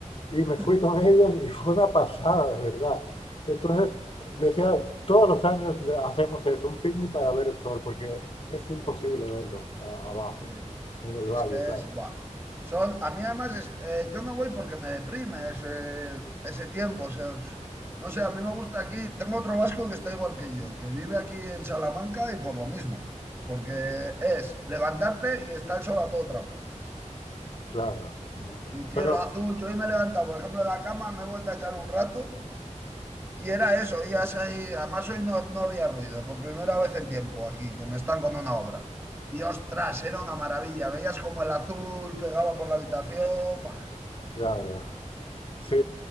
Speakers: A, on the left; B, on the right.
A: Y me fui
B: Mm.
A: con
B: <laughs>
A: <laughs> ellos y fue una pasada, de verdad. Entonces, le decía, todos los años le- hacemos eso, un picnic para ver el sol, porque es imposible
B: Joder.
A: verlo a- abajo,
B: Sí,
A: en el
B: sí,
A: valle,
B: es que
A: claro.
B: es, buah. Son, a mí además es, eh, yo no voy porque me deprime ese, ese tiempo, o sea, pues, no sé, a mí me gusta aquí, tengo otro vasco que está igual que yo, que vive aquí en Salamanca y por lo mismo, porque es levantarte y está el sol a todo trapo.
A: Claro.
B: Y cielo
A: Pero,
B: azul, yo hoy me he levantado, por ejemplo, de la cama, me he vuelto a echar un rato y era eso, y así- además hoy no, no había ruido, por primera vez en tiempo aquí, que me están con una obra. Y ostras, era una maravilla, veías como el azul pegaba por la habitación, Buah,
A: claro. Sí,